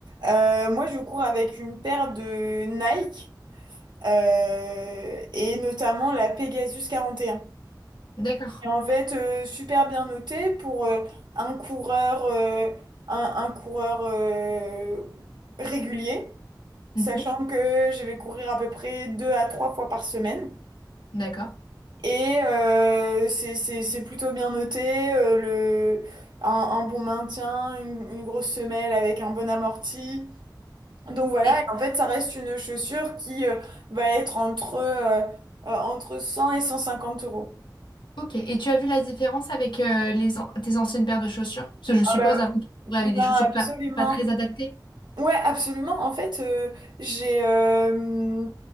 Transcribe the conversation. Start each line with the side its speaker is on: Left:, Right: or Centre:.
Right: Euh, moi, je cours avec une paire de Nike euh, et notamment la Pegasus quarante et un
Left: D'accord.
Right: et en fait, euh, super bien noté pour euh, un coureur, euh, un, un coureur euh, régulier,
Left: Mhm,
Right: sachant que je vais courir à peu près deux à trois fois par semaine.
Left: D'accord.
Right: Et euh, c'est, c'est, c'est plutôt bien noté, euh, le, un, un bon maintien, une, une grosse semelle avec un bon amorti. Donc voilà,
Left: Et,
Right: et en fait, ça reste une chaussure qui euh, va être entre, euh, euh, entre 100 et 150 euros.
Left: ok. Et tu as vu la différence avec euh, les an- tes anciennes paires de chaussures? Parce que je
Right: Ah
Left: suppose
Right: bah,
Left: avant, tu courais avec
Right: non,
Left: des chaussures
Right: absolument.
Left: pas pas très adaptées.
Right: Ouais, absolument. En fait, euh, j'ai, euh,